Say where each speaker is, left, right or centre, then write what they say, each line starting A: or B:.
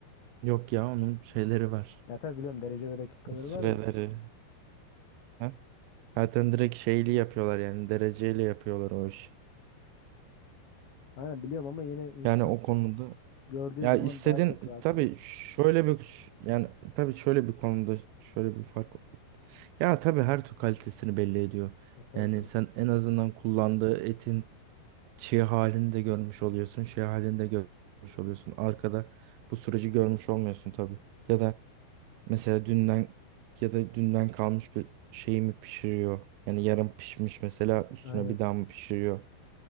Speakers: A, on the right; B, on the left.
A: Yok ya onun şeyleri var.
B: Ya tabii biliyorum derece ve dakikaları
A: Süreleri.
B: var da.
A: Ha? Zaten direkt şeyli yapıyorlar yani dereceyle yapıyorlar o iş.
B: Aynen biliyorum ama yine insan
A: Yani o konuda
B: gördüğü
A: ya
B: zaman
A: istediğin
B: daha çok rahat
A: tabii
B: oluyor.
A: şöyle bir yani tabii şöyle bir konuda şöyle bir fark. Ya tabii her tür kalitesini belli ediyor.
B: Ya tabii
A: Yani
B: tabii.
A: sen en azından kullandığı etin çığ halini de görmüş oluyorsun, şey halini de görmüş oluyorsun. Arkada bu süreci görmüş olmuyorsun tabii. Ya da mesela dünden ya da dünden kalmış bir şeyi mi pişiriyor? Yani yarım pişmiş mesela üstüne
B: Aynen.
A: bir daha mı pişiriyor?